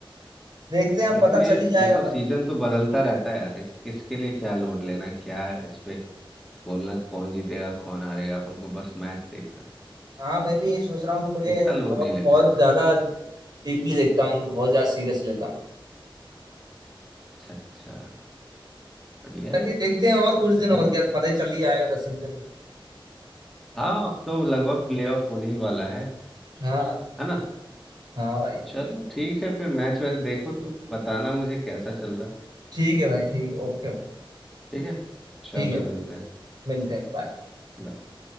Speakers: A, on the right (about 50°); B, in the centre.
A: देखते हैं
B: और इसलिए
A: पता चल ही जाएगा
B: ये सब सीजन
A: भाई
B: तो बदलता रहता है यार इस किसके लिए क्या लोड लेना है क्या इस पे बोलना कौन जीतेगा कौन हारेगा अपन को बस मैच देखना है
A: हाँ मैं भी ये सोच रहा हूँ कि मुझे
B: इतना लोड
A: बहुत
B: नहीं लेते
A: बहुत
B: यार
A: ज्यादा डीपली देखता हूँ उनको बहुत ज्यादा सीरियस लेता हूँ
B: अच्छा अच्छा बढ़िया
A: चलिए
B: है
A: देखते हैं और
B: तब
A: कुछ
B: तो
A: दिन
B: तुम
A: और क्या पता ही चल ही जाएगा दस एक दिन में
B: हाँ अब तो लगभग प्लेऑफ होने ही वाला है
A: हाँ
B: है ना
A: हाँ भाई
B: चलो ठीक है फिर मैच वैच देखो तुम बताना मुझे कैसा चल रहा है
A: ठीक है भाई ठीक है ओके भाई
B: ठीक है चलो
A: ठीक है
B: मिलते हैं
A: मिलते हैं बाय
B: Bye.